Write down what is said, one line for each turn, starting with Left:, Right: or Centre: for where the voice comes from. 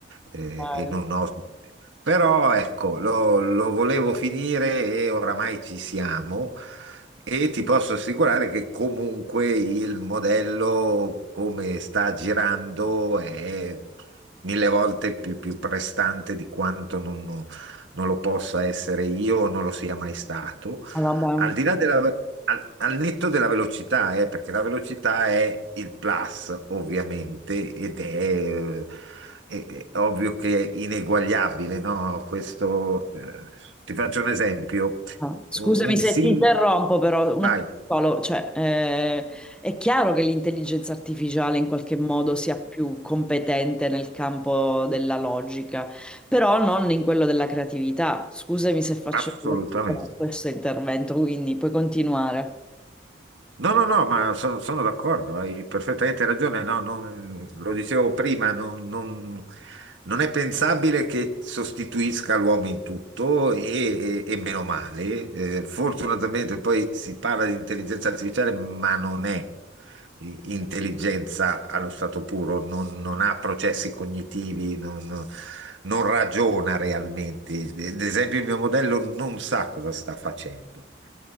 Right: eh,
Centre: ah,
Right: e non ho. Però ecco, lo, lo volevo finire e oramai ci siamo e ti posso assicurare che comunque il modello come sta girando è mille volte più, più prestante di quanto non, non lo possa essere io o non lo sia mai stato.
Centre: vabbè.
Right: Al di là della... Al, al netto della velocità, eh, perché la velocità è il plus, ovviamente, ed è, eh, è- è ovvio che è ineguagliabile, no? Questo, eh, ti faccio un esempio.
Centre: Ah, Scusami
Right: Un
Centre: se
Right: sim...
Centre: ti interrompo, però un
Right: Vai,
Centre: attimo solo, cioè, eh, è chiaro che l'intelligenza artificiale in qualche modo sia più competente nel campo della logica, però non in quello della creatività. Scusami se faccio
Right: assolutamente.
Centre: solo questo, questo intervento, quindi puoi continuare.
Right: No, no, no, ma so- sono d'accordo, hai perfettamente ragione. No, non- lo dicevo prima, non, non- non è pensabile che sostituisca l'uomo in tutto e, e- e meno male. Eh, fortunatamente poi si parla di intelligenza artificiale, ma non è i- intelligenza allo stato puro, non, non ha processi cognitivi, non, non ragiona realmente. Ad esempio, il mio modello non sa cosa sta facendo.